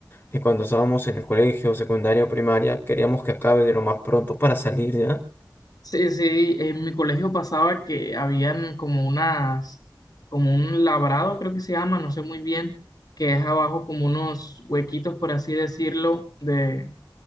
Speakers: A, on the left; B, on the left.
A: que cuando estábamos en el colegio, secundaria o primaria, queríamos que acabe de lo más pronto para salir, ¿ya?
B: Sí, sí, en mi colegio pasaba que habían como unas, como un labrado, creo que se llama, no sé muy bien, que es abajo como unos huequitos, por así decirlo, de,